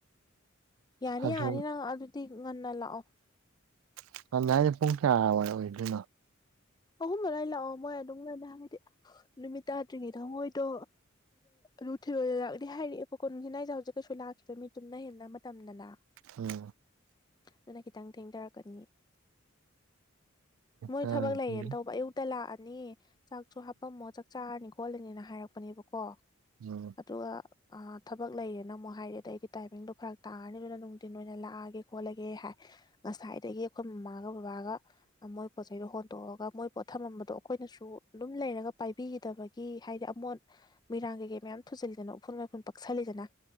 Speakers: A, on the left; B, on the right.
A: ꯌꯥꯅꯤ
B: ꯑꯗꯨ
A: ꯌꯥꯅꯤ ꯅꯪ ꯑꯗꯨꯗꯤ ꯉꯟꯅ ꯂꯥꯛꯑꯣ
B: <unintelligible> ꯄꯨꯡ ꯀꯌꯋꯥꯏ ꯑꯣꯏꯗꯣꯏꯅꯣ
A: ꯑꯍꯨꯝ ꯑꯗꯥꯏ ꯂꯥꯛꯑꯣ ꯃꯣꯏ ꯑꯗꯨꯝꯉꯥꯏꯅ ꯍꯥꯏꯕꯗꯤ ꯅꯨꯃꯤꯠ ꯇꯥꯗ꯭ꯔꯤꯉꯩꯗ ꯃꯣꯏꯗꯣ ꯅꯨꯡꯊꯤꯜ ꯂꯥꯛꯀꯅꯤ ꯍꯥꯏꯔꯛꯑꯦꯕꯣꯀꯣ ꯅꯨꯡꯊꯤꯜ ꯍꯥꯢꯁꯦ ꯍꯧꯖꯤꯛ ꯀꯩꯁꯨ ꯂꯥꯛꯈꯤꯕ ꯃꯤ ꯇꯨꯝꯅ ꯍꯤꯞꯅ ꯃꯇꯝꯅꯤꯗꯅ
B: ꯎꯝ
A: ꯑꯗꯨꯅ ꯈꯤꯇꯪ ꯊꯦꯡꯊꯔꯛꯀꯅꯤꯌꯦ ꯃꯣꯏ
B: ꯑꯗꯨꯗꯤ
A: ꯊꯕꯛ ꯂꯩꯌꯦꯅ ꯇꯧꯕ ꯑꯌꯨꯛꯇ ꯂꯥꯛꯑꯅꯤ ꯆꯥꯛꯁꯨ ꯍꯥꯄꯝꯃꯣ ꯆꯥꯛ ꯆꯥꯔꯅꯤ ꯈꯣꯠꯂꯅꯤꯅ ꯍꯥꯏꯔꯛꯄꯅꯦꯕꯀꯣ
B: ꯎꯝ
A: ꯑꯗꯨꯒ ꯊꯕꯛ ꯂꯩꯔꯦꯅ ꯑꯃꯨꯛ ꯍꯥꯏꯔꯛꯦ ꯑꯗ ꯑꯩꯗꯤ ꯇꯥꯏꯃꯤꯡꯗꯣ ꯐꯔꯛ ꯇꯥꯔꯅꯤ ꯑꯗꯨꯅ ꯅꯨꯡꯊꯤꯟ ꯑꯣꯏꯅ ꯂꯥꯛꯑꯒꯦ ꯈꯣꯠꯂꯒꯦ ꯍꯥꯏ ꯉꯁꯥꯏꯗꯒꯤ ꯑꯩꯈꯣꯏ ꯃꯃꯥꯒ ꯕꯕꯥꯒ ꯃꯣꯏ ꯄꯣꯠꯆꯩꯗꯨ ꯍꯣꯟꯇꯣꯛꯑꯒ ꯃꯣꯏ ꯄꯣꯠ ꯊꯝꯃꯝꯕꯗꯣ ꯑꯩꯈꯣꯏꯅꯁꯨ ꯑꯗꯨꯝ ꯂꯩꯔꯒ ꯄꯥꯏꯕꯤꯈꯤꯗꯕꯒꯤ ꯍꯥꯏꯗꯤ ꯑꯃꯣꯠ ꯃꯤꯔꯥꯡ ꯀꯩꯀꯩ ꯃꯌꯥꯝ ꯊꯨꯖꯤꯜꯂꯤꯗꯅ ꯎꯐꯨꯟ ꯋꯥꯏꯐꯨꯟ ꯄꯛꯁꯜꯂꯤꯗꯅ